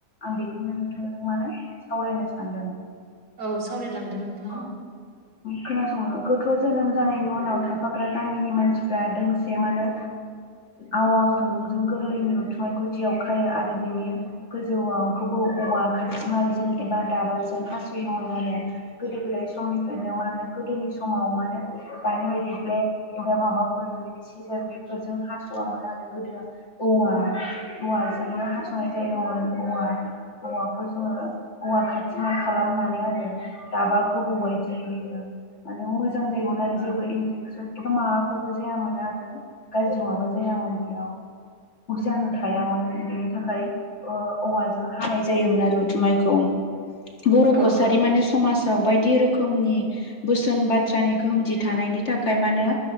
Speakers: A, on the left; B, on the right.
A: आं बेखौनो नोंथांजों मानो सावरायनो सानदों। <inaudible>
B: औ सावरायलांदो नोंथां
A: अ खोनासंनो गोथ जोनोम जानायनि उनाव थाफाग्रा गामिनि मानसिफ्रा दोंसे मानो आवा खुन्दुंजों गोरलैनि उथुमा गुदियाव खायो आरो बिनि गोजौआव गोबौ औवा खाथिमालजों एबा दाबाजों हास'योमोन आरो गोदो गोदाय समनिफ्रायनो मा होनो गोदोनि समाव मा होनो दानि बायदि ब्लेक एबा माबाफोर सेजार बेफोरजों हासवोन आरो गोदो औव औ जजोंनो हासंनाय जायोमोन औवा औवाखौ जोङो औवा खाथि मा खालामनानै आरो दाबा गोबौबायदि बेनो माने मोजां जायोमोन आरो जेबो इनफेकसन एबा माबाफोरबो जायामोन आरो गाज्रि माबा जाय बेयाव ब जानो थायामोन बेनि थाखाय औवाजों हानाय जायोमोन आरोथुमायखौ बर'
B: औ
A: कसारि माने समाज औ बायदि रोखोमनि बोसोन बाथ्रानि गोहोमथि थानायनि थाखाय मा होनो